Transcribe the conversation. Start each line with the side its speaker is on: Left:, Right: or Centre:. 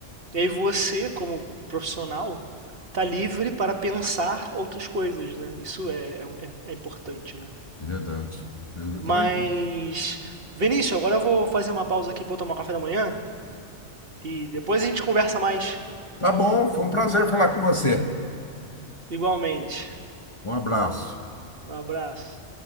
Right: e aí você, como profissional, tá livre para pensar outras coisas, né? Isso é, é, é- é importante, né?
Left: É verdade. Eu
Right: Mas,
Left: também.
Right: Vinícius, agora eu vou fazer uma pausa aqui para eu tomar um café da manhã e depois a gente conversa mais,
Left: Tá bom, foi um prazer falar com você.
Right: igualmente.
Left: Um abraço.
Right: Um abraço.